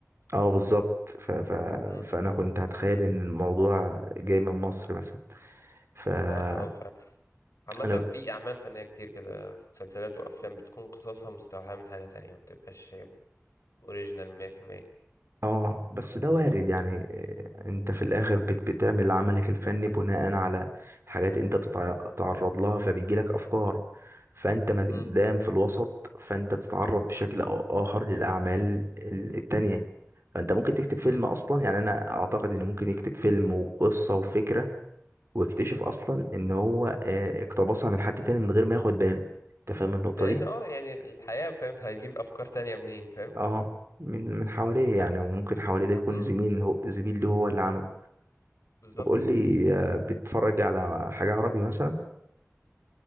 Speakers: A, on the right; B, on the left.
A: اه بالظبط ف... ف...
B: مم.
A: فانا كنت هتخيل ان الموضوع جاي من مصر مثلا فانا
B: لا اه فعلا عامة
A: ب...
B: في اعمال فنية كتير كده مسلسلات وافلام بتكون قصصها مستوحاة من حاجة تانية ما بتبقاش اوريجينال 100%
A: اه بس ده وارد يعني إيه، انت في الاخر بت... بتعمل عملك الفني بناء على حاجات انت بتتعرض لها فبيجيلك افكار فانت ما
B: مم.
A: دام في الوسط فانت بتتعرض بشكل أو اخر للاعمال ال- التانية فانت ممكن تكتب فيلم
B: مم.
A: اصلا يعني انا اعتقد ان ممكن يكتب فيلم وقصة وفكرة واكتشف اصلا ان هو آه، اقتبسها من حد تاني من غير ما ياخد باله انت فاهم النقطة
B: لان
A: دي
B: اه يعني الحياة فاهم <laughs> هيجيب افكار تانية منين فاهم
A: اه من من حواليه يعني وممكن حواليه ده يكون
B: مم.
A: زميل هو زميل له هو اللي عمل
B: بالظبط
A: طب قول لي آه، بتتفرج على حاجة عربي مثلا